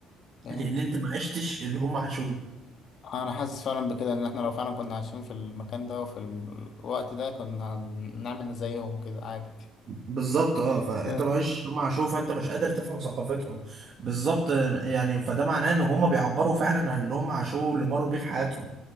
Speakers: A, on the left (about 55°); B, on the right (about 45°).
A: مم.
B: لان انت ما عشتش اللي هم عاشوه
A: انا حاسس فعلا بكده ان احنا لو فعلا كنا عايشين في المكان ده وفي الوقت ده كنا نعمل زيهم كده عادي
B: بالظبط اه فانت
A: <laughs> ف-
B: ما عشتش اللي هم عاشوه فانت مش قادر تفهم ثقافتهم بالظبط يعني فده معناه ان هم بيعبروا فعلا عن اللي هم عاشوه واللي مروا بيه في حياتهم